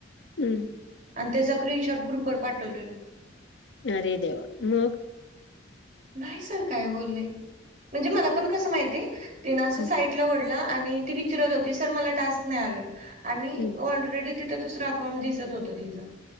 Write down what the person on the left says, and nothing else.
हम्म
अरे देवा! मग
हम्म
हम्म